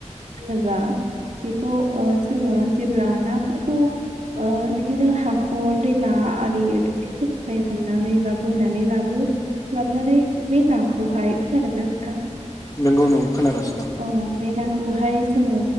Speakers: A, on the right (about 80°); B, on the left (about 25°).
A: होनोब्ला बेखौ ओ जोङो जेब्ला नाफोरखौ ओ बिदिनो हाखर दैमा आरि दुब्लिफोरनिफ्राय हमनानै बा बोनानै लाबो लाबोनानै बे नाखौहाय खोनादों ना नों
B: नोंगौ नोंगौ खोनागासिनो आं
A: औ बे नाखौहाय जोङो